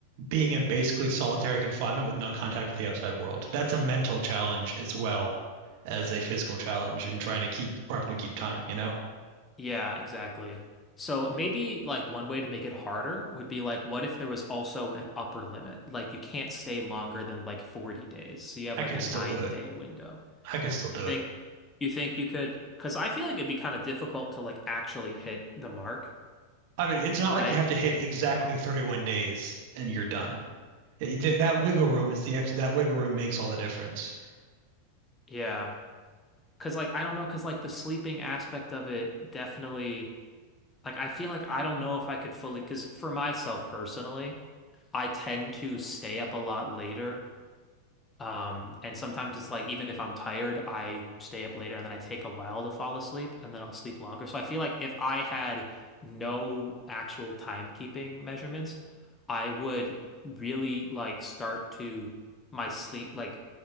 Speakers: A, on the right; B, on the left.
A: being in basically solitary confinement with no contact with the outside world. That's a mental challenge as well as a physical challenge in trying to keep properly keep time, you know?
B: yeah, exactly. So maybe like one way to make it harder would be like, what if there was also an upper limit? Like you can't stay longer than like 40 days. So you have
A: I
B: like
A: could
B: a nine
A: still do it.
B: day window.
A: I could still do
B: You think
A: it.
B: you think you could, because I feel like it'd be kind of difficult to like actually hit the mark,
A: I mean, it's not
B: right?
A: like you have to hit exactly 31 days and you're done. It- that wiggle room is the ex that wiggle room makes all the difference.
B: Yeah. Because like I don't know, because like the sleeping aspect of it definitely like I feel like I don't know if I could fully, because for myself personally, I tend to stay up a lot later Um, and sometimes it's like even if I'm tired, I stay up later and then I take a while to fall asleep and then I'll sleep longer. So I feel like if I had no actual timekeeping measurements, I would really like start to my sleep like